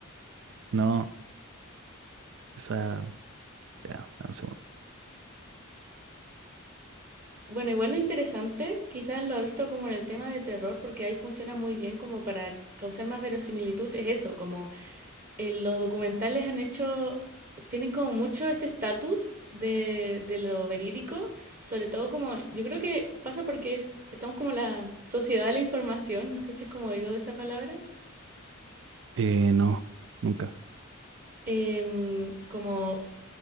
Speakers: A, on the right; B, on the right.
A: No, esa... Ya, dame un segundo.
B: Bueno, igual lo interesante, quizás lo ha visto como en el tema de terror, porque ahí funciona muy bien como para causar más verosimilitud, es eso, como eh, los documentales han hecho, tienen como mucho este estatus de, de lo verídico, sobre todo como, yo creo que pasa porque es- estamos como la sociedad de la información, no sé si es como oído de esa palabra,
A: Eh, no, nunca.
B: em, como